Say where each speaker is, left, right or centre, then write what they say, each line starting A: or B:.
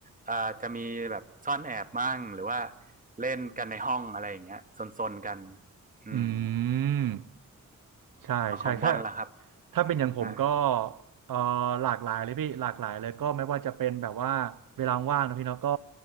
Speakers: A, on the right; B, on the right.
A: เอ่อจะมีแบบซ่อนแอบมั่งหรือว่าเล่นกันในห้องอะไรอย่างเงี้ยซนๆกัน
B: ๆอื
A: อืม
B: ม ใช่ใช่ถ้า
A: ฝั่งของบอลล่ะครับ
B: ถ้าเป็นอย่างผมก็
A: อ่า
B: เอ่อหลากหลายเลยพี่หลากหลายเลยก็ไม่ว่าจะเป็นแบบว่าเวลาว่างนะพี่เนาะก็